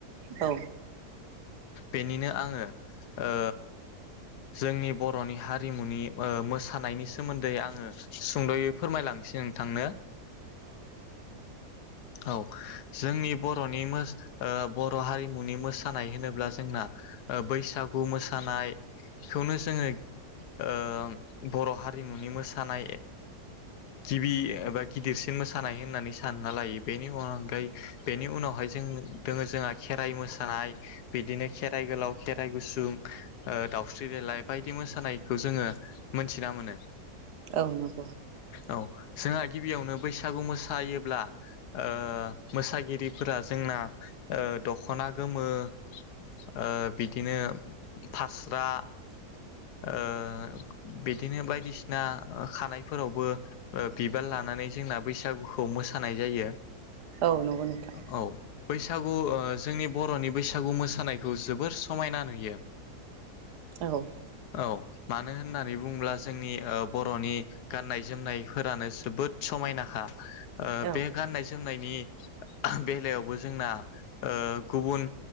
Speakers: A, on the right (about 80°); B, on the left (about 80°).
A: औ।
B: बेनिनो आङो ओ जोंनि बर'नि हारिमुनि ओ मोसानायनि सोमोन्दै आङो सुंद'यै फोरमायलांसै नोंथांनो औ जोंनि बर'नि मोस ओ बर' हारिमुनि मोसानाय होनोब्ला जोंना ओ बैसागु मोसानाय खौनो जोङो ओ बर' हारिमुनि मोसानाय गिबि एबा गिदिरसिन मोसानाय होननानै सानना लायो बेनि अनगायै बेनि उनावहाय जों दङ जोंहा खेराइ मोसानाय बिदिनो खेराइ गोलाव खेराइ गुसुं ओ दउ दावस्रि देलााय बायदि मोसानायखौ जोङो मोनथिना मोनो।
A: औ नंगौ।
B: औ जोंहा गिबियावनो बैसागु मोसायोब्ला ओ मोसागिरिफोरा जोंना ओ दख'ना गोमो ओ बिदिनो फास्रा ओ बिदिनो बायदिसिना खानायफोरावबो ओ बिबार लानानै जोंना बैसागुखौ मोसानाय जायो।
A: औ नंगौ नोंथां।
B: औ बैसागु ओ जोंनि बर'नि बैसागु मोसानायखौ जोबोर समायना नुयो।
A: औ
B: औ मानो होननानै बुङोब्ला जोंनि ओ बर'नि गाननाय जोमनायफोरानो जोबोद समायनाखा ओ
A: औ
B: बे गाननाय जोमनायनि बेलायावबो जोंना ओ गुबुन